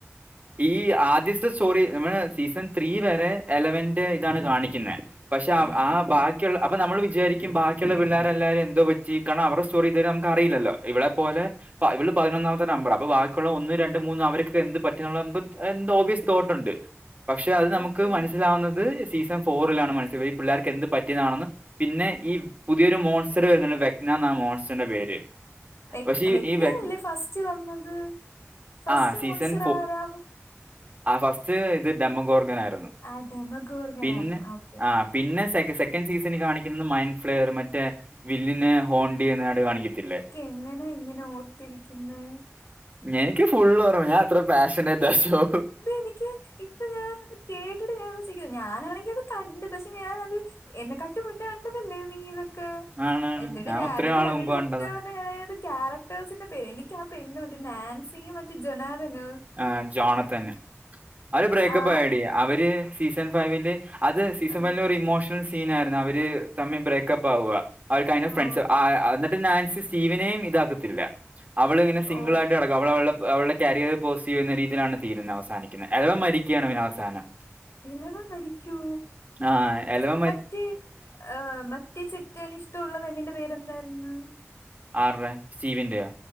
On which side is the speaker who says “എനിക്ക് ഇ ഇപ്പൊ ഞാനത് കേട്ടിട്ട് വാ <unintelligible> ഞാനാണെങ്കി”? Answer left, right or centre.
Left